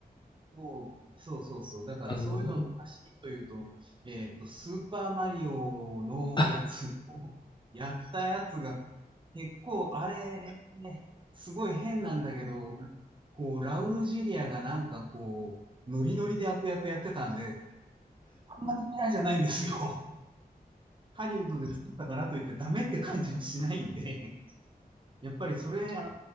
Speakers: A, on the right (about 30°); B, on the left (about 30°).
A: そう、そうそうそう。だからそういうのの走りというと、
B: あの、
A: えっと、スーパーマリオのやつを
B: あ、
A: <laughs>、やったやつが、結構、あれ、ねすごい変なんだけど、こう、ラウル・ジュリアがなんかこう、ノリノリで悪役やってたんで、あんまり嫌いじゃないんですよ。ハリウッドで作ったからといってダメって感じはしないんで、<laughs> やっぱりそれあ